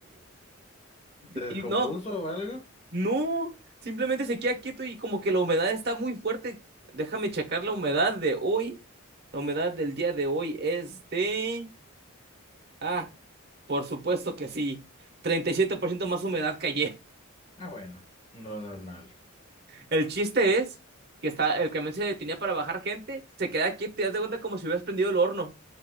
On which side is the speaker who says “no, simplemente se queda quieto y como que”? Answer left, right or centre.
Right